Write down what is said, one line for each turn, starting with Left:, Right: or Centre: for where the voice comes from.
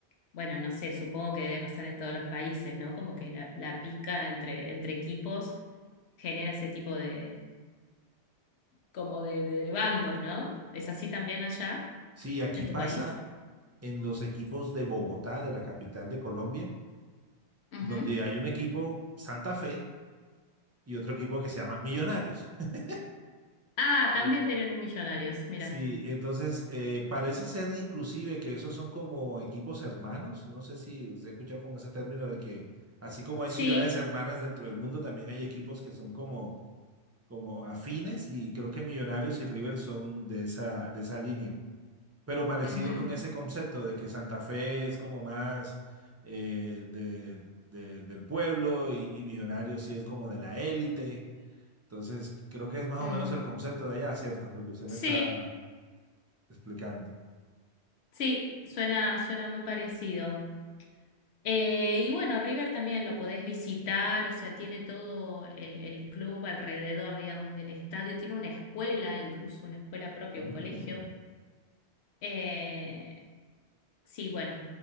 Left: bueno, no sé, supongo que debe pasar en todos los países, ¿no? Como que la, la pica entre, entre equipos genera ese tipo de, como de, de bandos, ¿no? ¿Es así también allá,
Right: Sí, aquí
Left: en
Right: pasa
Left: tu país?
Right: en los equipos de Bogotá, de la capital de Colombia,
Left: Ujú,
Right: donde hay un equipo Santa Fe y otro equipo que se llama Millonarios. <laughs>
Left: Ah,
Right: Sí,
Left: también tienen un millonarios, mira.
Right: Sí, entonces eh, parece ser inclusive que esos son como equipos hermanos. No sé si usted ha escuchado como ese término de que así como hay
Left: Sí,
Right: ciudades hermanas dentro del mundo, también hay equipos que son como, como afines y creo que Millonarios y River son de esa, de esa línea. Pero parecido
Left: ujú,
Right: con ese concepto de que Santa Fe es como más eh, de, de- del pueblo y, y Millonarios sí es como de la élite. Entonces, creo que es más
Left: mm.
Right: o menos el concepto de allá, ¿cierto? Lo que usted
Left: sí,
Right: me está explicando.
Left: sí, suena, suena muy parecido. Eh, y bueno, River también lo podés visitar, o sea, tiene todo el, el club alrededor, digamos, del estadio, tiene una escuela, incluso una escuela propia,
Right: Mm,
Left: un colegio. Eh, sí, bueno,